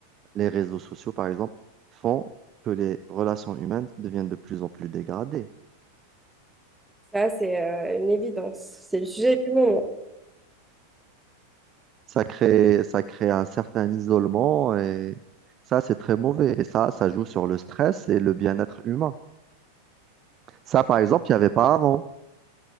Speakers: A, on the right (about 30°); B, in the centre.
A: les réseaux sociaux, par exemple, font que les relations humaines deviennent de plus en plus dégradées.
B: Ça, c'est euh, une évidence. C'est le sujet du moment.
A: Ça crée, ça crée un certain isolement et ça, c'est très mauvais. Et ça, ça joue sur le stress et le bien-être humain. Ça, par exemple, il n'y avait pas avant.